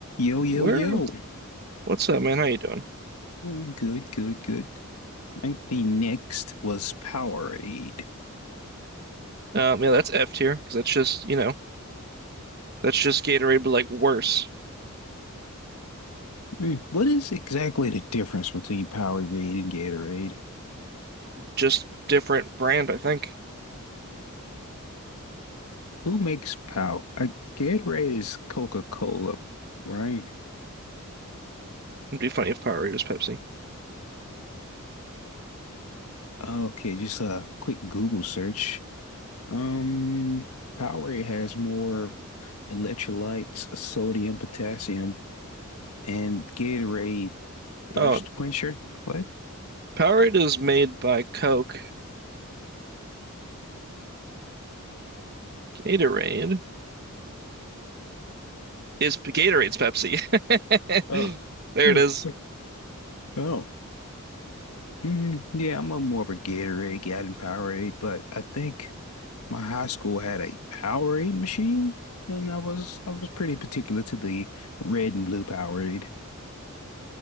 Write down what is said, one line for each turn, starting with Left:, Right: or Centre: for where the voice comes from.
Left: Yo, yo,
Right: Where?
Left: yo.
Right: What's up, man? How you doing?
Left: Um, good, good, good. I think the next was Powerade.
Right: Um, yeah, that's F tier because that's just you know that's just Gatorade, but like worse,
Left: Hmm, What is exactly the difference between Powerade and Gatorade?
Right: just different brand. I think
Left: Who makes Power? Uh, Gatorade is Coca-Cola, right?
Right: it'd be funny if Powerade was Pepsi.
Left: Okay, just a quick Google search. Um, Powerade has more electrolytes, sodium, potassium, and Gatorade thirst
Right: Oh,
Left: quencher. What?
Right: Powerade is made by Coke. Gatorade is Gatorade's Pepsi.
Left: Oh.
Right: <laughs> There
Left: <laughs>
Right: it is.
Left: Oh, Mm, yeah, I'm a more of a Gatorade Gatorade than Powerade, but I think my high school had a Powerade machine, and I was I was pretty particular to the red and blue Powerade.